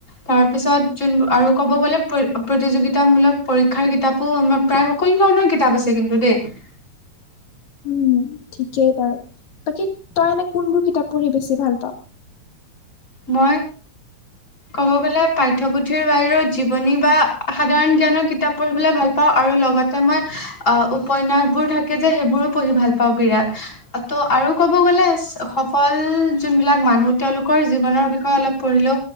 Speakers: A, on the left; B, on the left.
A: তাৰপিছত যোন আৰু ক'ব গ'লে প্ৰতি-প্ৰতিযোগিতামূলক পৰীক্ষাৰ কিতাপো আমাৰ প্ৰায় সকলো ধৰণৰ কিতাপ আছে কিন্তু দেই।
B: উম, ঠিকেই বাৰু, বাকী তই এনে কোনবোৰ কিতাপ পঢ়ি বেছি ভাল পাওঁ?
A: মই ক'ব গলে পাঠ্যপুথিৰ বাহিৰেও জীৱনী বা সাধাৰণ জ্ঞানৰ কিতাপ পঢ়িবলৈ ভাল পাওঁ আৰু লগতে মই আ, উপন্যাসবোৰ থাকে যে সেইবোৰো পঢ়ি ভাল পাওঁ বিৰাট। ত' আৰু ক'ব গ'লে সফল যোনবিলাক মানুহ তেওঁলোকৰ জীৱনৰ বিষয়ে অলপ পঢ়িলেও